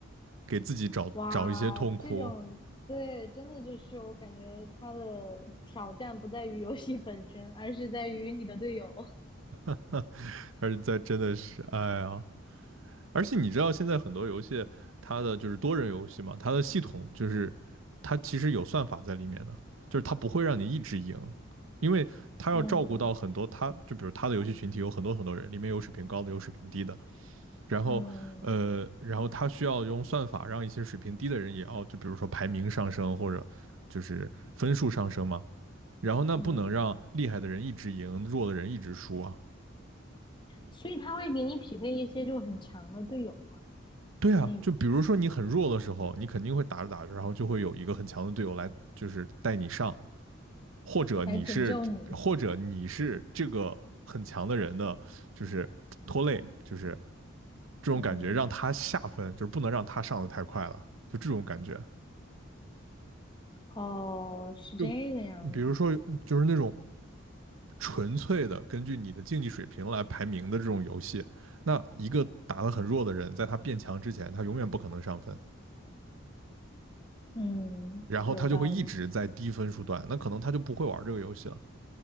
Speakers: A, on the right; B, on the left.
A: 给自己找找一些痛苦，
B: 哇，这种对，真的就是我感觉他的挑战不在于游戏本身，而是在于你的队友。
A: <laughs> 还是在真的是，哎呀。而且你知道现在很多游戏，
B: 对，
A: 它的就是多人游戏嘛，它的系统就是它其实有算法在里面的，就是它不会让你一直赢，因为它要照顾到很多它就比如它的游戏群体有很多很多人，
B: 嗯
A: 里面有水平高的，有水平低的，然后呃，
B: 嗯
A: 然后它需要用算法让一些水平低的人也要就比如说排名上升或者就是分数上升嘛，然后那不能让厉害的人一直赢，
B: 嗯，
A: 弱的人一直输啊，
B: 所以他会给你匹配一些就很强的队友嘛，
A: 对啊，
B: 就那种
A: 就比如说你很弱的时候，你肯定会打着打着，然后就会有一个很强的队友来，就是带你上，或者你是，
B: 来拯救你。
A: 或者你是这个很强的人的，就是拖累，就是这种感觉，
B: 嗯，
A: 让他下分，就是不能让他上的太快了，就这种感觉。
B: 哦，是这个样子。
A: 就比如说，就是那种纯粹的根据你的竞技水平来排名的这种游戏，那一个打得很弱的人，在他变强之前，他永远不可能上分。
B: 嗯，
A: 然后他就会一直在低分数段，
B: 有道理。
A: 那可能他就不会玩这个游戏了，